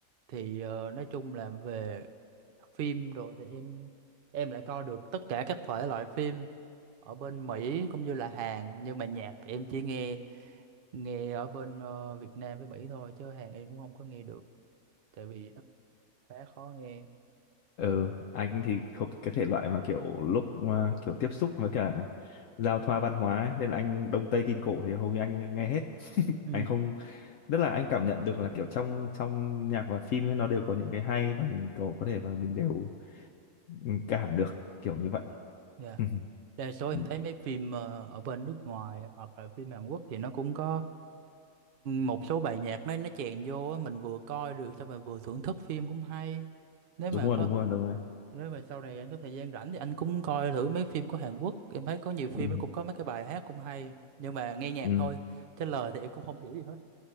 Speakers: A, on the right; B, on the left.
A: thì ờ, nói chung là về phim rồi thì em em lại coi được tất cả các thể loại phim ở bên Mỹ cũng như là Hàn nhưng mà nhạc thì em chỉ nghe nghe ở bên ờ, Việt Nam với Mỹ thôi chứ Hàn em cũng không có nghe được tại vì khá khó nghe <laughs>
B: ừ anh thì thuộc cái thể loại mà kiểu lúc mà kiểu tiếp xúc với cả giao thoa văn hóa ấy, nên là anh Đông Tây Kim Cổ thì hầu như anh nghe hết <laughs>
A: Ừ.
B: anh không tức là anh cảm nhận được là kiểu trong trong nhạc và phim ấy, nó đều có những cái hay và mình có có thể và mình đều ừ, cảm được kiểu như vậy
A: dạ
B: <laughs>
A: đa số em
B: Ừ,
A: thấy mấy phim ờ, ở bên nước ngoài hoặc là phim Hàn Quốc thì nó cũng có một số bài nhạc nó nó chèn vô á, mình vừa coi được xong rồi vừa thưởng thức phim cũng hay nếu
B: đúng
A: mà
B: rồi
A: có
B: đúng rồi đúng rồi
A: nếu mà sau này anh có thời gian rảnh thì anh cũng coi thử mấy phim của Hàn Quốc em thấy có nhiều phim
B: ừ.
A: nó cũng có mấy cái bài hát cũng hay nhưng mà nghe nhạc
B: Ừ.
A: thôi chứ lời thì em cũng không hiểu gì hết